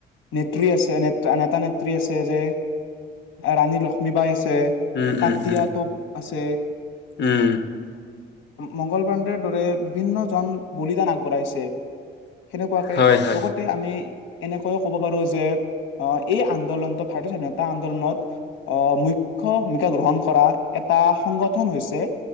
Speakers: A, on the left; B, on the left.
A: নেত্ৰী আছে নেতা-নেত্ৰী আছে যে ৰাণী লক্ষ্মী বাই আছে আছে
B: উম
A: ততিয়া
B: উম উম
A: টোপ আছে।
B: উম।
A: মংগলবাডৰ দৰে বিভিন্ন জন- বলিদান আগবঢ়াইছে সেনেকুৱাকে
B: হয় হয়
A: লগতে আমি এনেকৈয়ও ক'ব পাৰো যে আহ এই আন্দোলনত ভাৰতীয় স্বাধীনতা আন্দোলনত আহ মূখ্য ভূমিকা গ্ৰহণ কৰা এটা সংগঠন হৈছে-